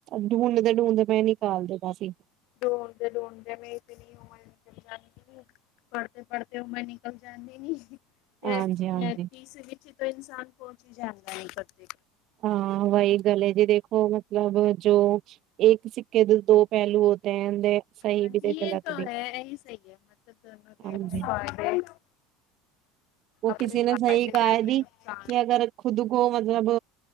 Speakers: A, on the right (about 45°); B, on the left (about 55°).
A: ਡੁਡਦੇ--' ਤੂੰ ਤੇ ਮੈਂ ਨਿਕਾਲ ਦੇਣਾ ਸੀ?
B: ਡੂੰਦੇ ਡੂੰਦੇ ਮੈਂ ਨਿਕਲ ਜਾਂਦੀ। ਪੜ੍ਹਦੇ ਪੜ੍ਹਦੇ। ਉਹ ਮੈਂ ਨਿਕਲ ਜਾਂਦੀ ਨੀ। ਤੇ
A: ਹਾਂਜੀ ਹਾਂਜੀ
B: ਤਸਲੀਛ ਤੋਂ ਇਨਸਾਨ। ਉਹ ਚੀ ਜਾਣਕਾਰੀ ਕਦੋਂ?
A: ਹਾਂ ਵਹੀ ਗਲੇ ਦੀ ਦੇਖੋ ਅਗਰ। ਮਤਲਬ ਜੋੋ। ਇੱਕ ਸਿੱਕੇ ਦੇ ਦੋ ਪਹਿਲੂ ਹੋਤੇ ਹੈ ਦੇ ਸਹੀ
B: ਹਾਂਜੀ
A: ਵੀ ਤੇ ਗਲਤ
B: ਇਹ ਤਾਂ
A: ਵੀ
B: ਹੈ, ਇਹੀ ਸਹੀ ਹੈ, ਮਤਲਬ ਦੋਨੋਂ ਦੇ
A: ਹਾਂਜੀ
B: ਆਪਣੇ ਫਾਇਦੇ,
A: ਉਹ
B: ਆਪਣੇ
A: ਕਿਸੇ ਨੇ
B: ਫਾਇਦੇ
A: ਸਹੀ ਕਿਹਾ
B: ਤੇ ਆਪਣੇ
A: ਜੀ
B: ਨੁਕਸਾਨ।
A: ਕਿ ਅਗਰ ਖੁਦ ਕੋ ਮਤਲਬ।